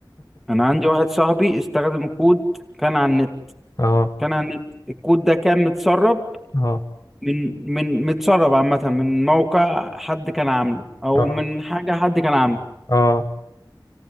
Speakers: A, in the centre; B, on the left (about 45°).
A: انا عندي واحد صاحبي استخدم كود كان على النت
B: اه
A: كان على النت الكود ده كان متسرب
B: اه
A: من من متسرب عامة من موقع حد كان عامله او
B: اه
A: من حاجة حد كان عامله
B: اه